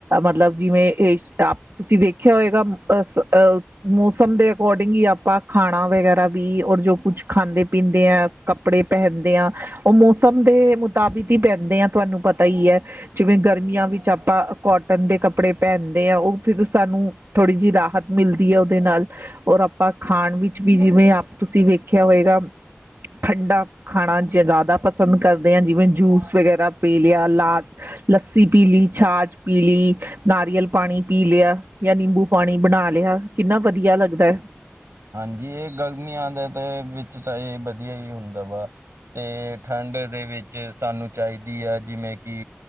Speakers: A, on the right; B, on the right.
A: ਮਤਲਬ ਜਿਵੇਂ, ਇਹ ਸਭ ਤੁਸੀਂ ਵੇਖਿਆ ਹੋਇਗਾ, ਅਹ ਮੋਸਮ ਦੇ ਅਕੋਰਡਿੰਗ ਹੀ ਆਪਾਂ ਖਾਣਾ ਵਗੈਰਾ ਬੀ, ਔਰ ਜੋ ਕੁੱਛ ਖਾਂਦੇ ਪੀਂਦੇ ਆਂ, ਕੱਪੜੇ ਪਹਿਨਦੇ ਆਂ, ਉਹ ਮੌਸਮ ਦੇ ਮੁਤਾਬਿਕ ਹੀ ਪਹਿਨਦੇ ਆ, ਤੁਹਾਨੂੰ ਪਤਾ ਹੀਹੈ, ਅ ਬ ਜਿਵੇਂ ਗਰਮੀਆਂ ਵਿੱਚ ਆਪਾ ਕੌਟਨ ਦੇ ਕੱਪੜੇ ਪਹਿਨਦੇ ਹਾਂ, ਉਹ ਫਿਰ ਸਾਨੂੰ ਥੋੜ੍ਹੀ ਜਿਹੀ ਰਾਹਤ ਮਿਲਦੀ ਐ ਉਹਦੇ ਨਾਲ। ਔਰ ਆਪਾ ਖਾਣ ਵਿੱਚ ਵੀ ਜਿਵੇਂ, ਆਪ ਤੁਸੀਂ ਵੇਖਿਆ ਹੋਇਗਾ। ਠੰਡਾ ਖਾਣਾ ਜ ਜ਼ਿਆਦਾ ਪਸੰਦ ਕਰਦੇ ਆ, ਜਿਵੇਂ ਜੂਸ ਵਗੈਰਾ ਪੀਲਿਆ ਲਾ ਲੱਸੀ ਪੀਲੀ, ਛਾਛ ਪੀਲੀ, ਨਾਰੀਅਲ ਪਾਣੀ ਪੀਲਿਆ। ਯਾ ਨਿੰਬੂ ਪਾਣੀ ਬਣਾਲਿਆ, ਕਿੰਨਾ ਵਧੀਆ ਲੱਗਦੈ।
B: ਹਾਂਜੀ, ਇਹ ਗਰਮੀਆਂ, ਦੇ ਤੇ ਵਿੱਚ ਤਾ ਇਹ ਵਧੀਆ ਹੀ ਹੁੰਦਾ ਵਾ। 'ਤੇ ਠੰਡ ਦੇ ਵਿੱਚ ਸਾਨੂੰ ਚਾਈਦੀ ਆ, ਜਿਵੇਂ ਕਿ